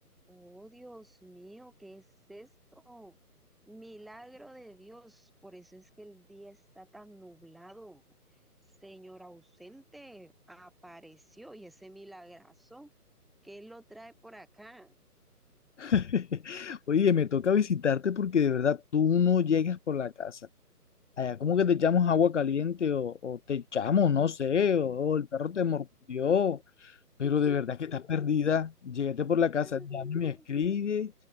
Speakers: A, in the centre; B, on the left.
A: Oh, Dios mío, ¿qué es esto? Milagro de Dios, por eso es que el día está tan nublado. Señor ausente, apareció y ese milagrazo, ¿qué lo trae por acá?
B: <laughs> Oye, me toca visitarte porque de verdad tú no llegas por la casa. Allá como que te echamos agua caliente o, o te echamos, no sé, o, o el perro te mordió, pero de verdad que estás perdida. Llegaste por la casa,
A: Ah,
B: ya no me escribes,